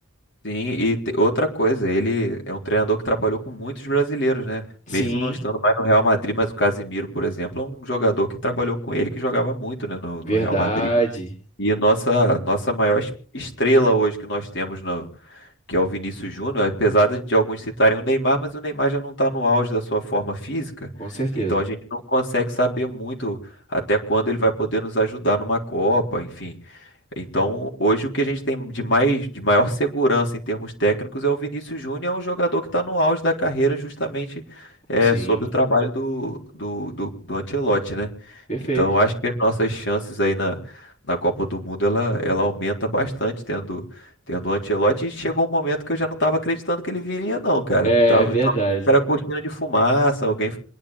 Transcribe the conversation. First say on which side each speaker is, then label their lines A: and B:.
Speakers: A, on the left (about 55°); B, on the left (about 35°).
A: Sim, e te- outra coisa, ele é um treinador que trabalhou com muitos brasileiros, né?
B: Sim,
A: Mesmo não estando mais no Real Madrid, mas o Casimiro, por exemplo, é um jogador que trabalhou com ele, que jogava muito, né, no, no
B: verdade.
A: Real Madrid. E a nossa, nossa maior es- estrela hoje que nós temos, no, que é o Vinícius Júnior, apesar de de alguns citarem o Neymar, mas o Neymar já não está no auge da sua forma física,
B: Com certeza.
A: então a gente não consegue saber muito até quando ele vai poder nos ajudar numa Copa, enfim. Então, hoje o que a gente tem de mais, de maior segurança em termos técnicos é o Vinícius Júnior, é um jogador que está no auge da carreira justamente é,
B: Sim,
A: sob o trabalho do, do, do, do Ancelotti, né?
B: perfeito.
A: Então, eu acho que as nossas chances aí na, na Copa do Mundo, ela, ela aumenta bastante tendo, tendo o Ancelotti. E chegou um momento que eu já não estava acreditando que ele viria, não, cara.
B: É
A: Tava,
B: verdade.
A: tava, era cortina de fumaça, alguém